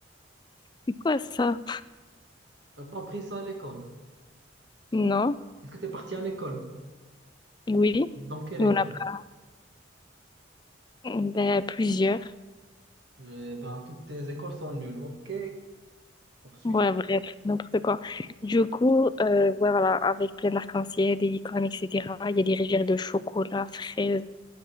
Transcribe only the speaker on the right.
T'as pas appris ça à l'école.
Est-ce que t'es parti à l'école?
Dans quelle
école?
Eh ben, toutes tes écoles sont nulles. Ok, poursuis.